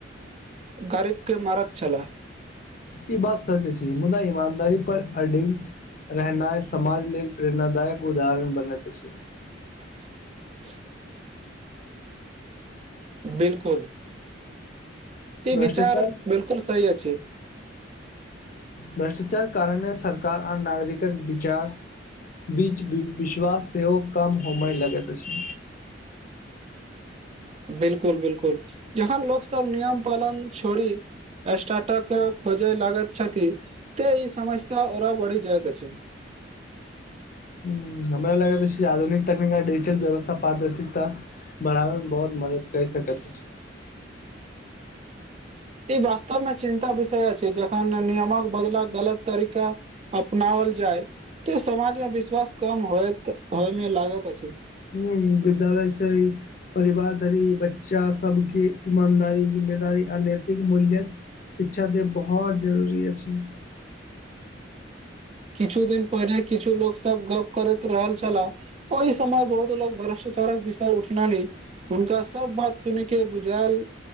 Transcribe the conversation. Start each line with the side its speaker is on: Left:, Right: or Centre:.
Right: गरीब के मारक छलाह
Left: ई बात सच छै मुदा ईमानदारी पर अडिंग। रहनाइ समाजक लेल प्रेरणादायक उदाहरण बनैत अछि।
Right: <inaudible> बिलकुल। ई
Left: भ्रष्टाचार
Right: विचार बिलकुल सही अछि।
Left: भ्रष्टाचार कारणे सरकार आ नागरिकक विचार। बीच विछ्वास सेहोकम होमय लगैत अछि।
Right: बिलकुल बिलकुल जहाँ लोक सब नियम पालन छोड़ी। स्टक खोजे लागा छथि तऽ ई समस्या ओरबढि जायत। अछि
Left: ह हमरा लागल आधुनिक तकनीक डिजिटल व्यवस्था पारदर्शिकता। बढ़ाबै मे बहुत मदद करि सकैत अछि।
Right: ई वास्तवमे चिन्ताक विषय जखन नियमक बदलल गलत तरीका। अपनायल जाय तऽ समाज मे विश्वास कम हो होय मे लागत अछि
Left: हू विद्यालय छै ई। परिवार धरी बच्चा सबके ईमानदारी जिम्मेदारी अनैैतिक मूल्य। शिक्षा त बहुत जरूरी अछि अछि।
Right: किछु दिन पहिनेे किछु लोक सब गप करैत रहल छलाह ओ ई समय बहुत लोकगक भ्रष्ट चौड़क विषय उठ नानी हुनका सभ बात सुनि क बुझायल